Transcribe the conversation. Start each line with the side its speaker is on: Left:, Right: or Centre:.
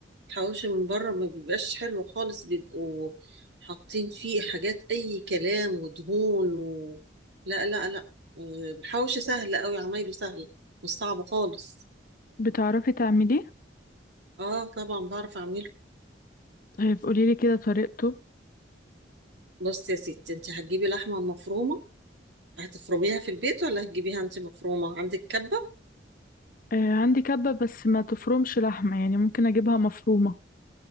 Right: الحواوشي من بره ما بيبقاش حلو خالص بيبقوا حاطين فيه حاجات اي كلام ودهون و... لا لا لا آه، الحواوشي سهل قوي عمايله سهل مش صعب خالص
Left: بتعرفي تعمليه
Right: اه طبعا بعرف اعمله
Left: آه، قوليلي كده طريقته
Right: بص يا ستي انت هتجيبي لحمه مفرومه هتفرميها في البيت ولا هتجيبيها انت مفرومه عندك كبه
Left: آه، عندي كبة بس ما تفرمش لحمة يعني ممكن اجيبها مفرومة